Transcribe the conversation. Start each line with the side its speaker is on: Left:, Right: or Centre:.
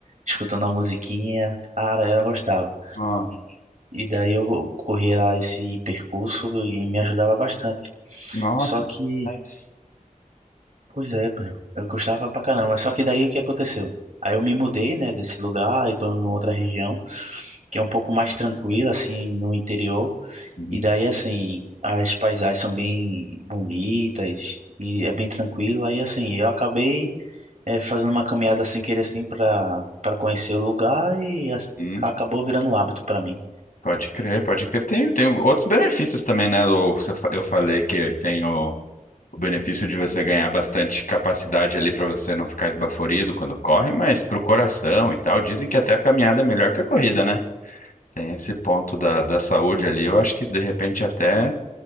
Right: escutando a musiquinha. Cara, eu gostava.
Left: Nossa,
Right: E daí eu corria lá esse percurso e me ajudava bastante.
Left: nossa,
Right: Só que,
Left: demais.
Right: pois é, pô, eu gostava pra caramba. Só que daí o que aconteceu? Aí eu me mudei, né, desse lugar, então em outra região que é um pouco mais tranquila, assim, no interior.
Left: Uhum.
Right: E daí, assim, as paisagens são bem bonitas e é bem tranquilo. Aí, assim, eu acabei eh, fazendo uma caminhada sem querer, assim, para para conhecer o lugar e as-
Left: Hum,
Right: acabou virando um hábito para mim.
Left: pode crer, pode crer. Tem, tem outros benefícios também, né, Lu? Você fa- Eu falei que tem o, o benefício de você ganhar bastante capacidade ali para você não ficar esbaforido quando corre, mas pro coração e tal, dizem que até a caminhada é melhor que a corrida, né? Tem esse ponto da, da saúde ali, eu acho que de repente até